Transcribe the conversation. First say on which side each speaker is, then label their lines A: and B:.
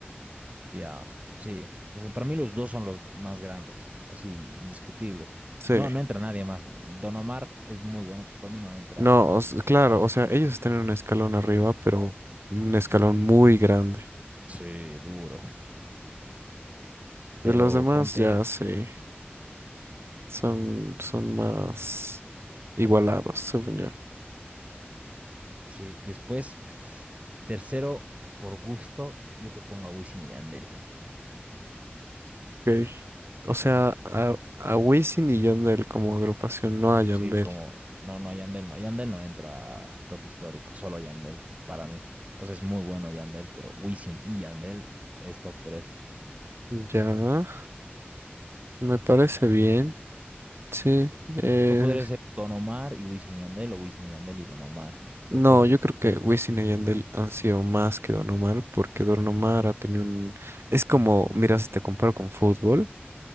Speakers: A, on the right; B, on the right.
A: ya, sí. O sea, para mí los dos son los más grandes, así, indiscutibles.
B: Sí,
A: No, no entra nadie más. Don Omar es muy bueno, pero para mí no entra
B: no,
A: hasta
B: o s-
A: esa
B: claro,
A: talla.
B: o sea, ellos están en un escalón arriba, pero un escalón muy grande.
A: Sí, duro. Pero
B: De los demás,
A: ponte,
B: ya sí. Son, son más igualados, según yo.
A: sí, después, tercero, por gusto, yo te pongo a Wisin y Yandel.
B: Ok. O sea, a, a Wisin y Yandel como agrupación, no a Yandel.
A: Sí, como no, no, Yandel no. Yandel no entra a top histórico, solo Yandel, para mí. O sea, es muy bueno Yandel, pero Wisin y Yandel es top tres
B: Ya, me parece bien. Sí. eh,
A: O podría ser Don Omar y Wisin y Yandel, o Wisin y Yandel y Don Omar, cualquiera
B: no,
A: de
B: yo
A: esos.
B: creo que
A: dos.
B: Wisin y Yandel han sido más que Don Omar, porque Don Omar ha tenido un... Es como, mira, si te comparo con fútbol,